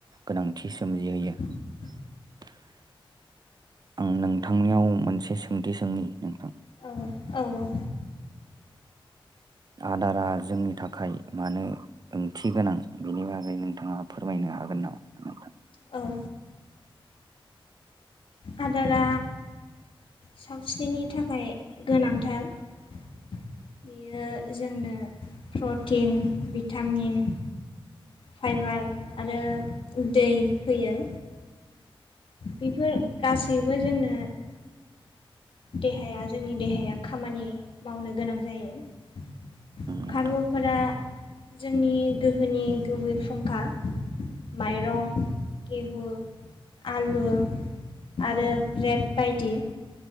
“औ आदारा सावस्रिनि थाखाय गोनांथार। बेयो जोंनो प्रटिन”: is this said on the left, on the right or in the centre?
Left